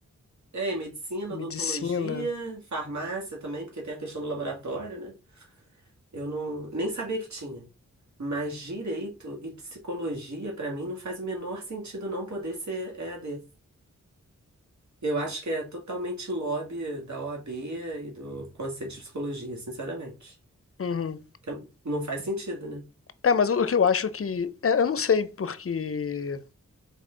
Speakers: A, on the right; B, on the left.
A: é medicina,
B: medicina.
A: odontologia, farmácia também, porque tem a questão do laboratório, né? Eu não, nem sabia que tinha. Mas direito e psicologia, pra mim, não faz o menor sentido não poder ser EAD. Eu acho que é totalmente lobby da OAB e do Conselho de Psicologia, sinceramente.
B: Uhum.
A: Tem- Não faz sentido, né?
B: É, mas o, o que eu acho que. é, eu não sei, porque.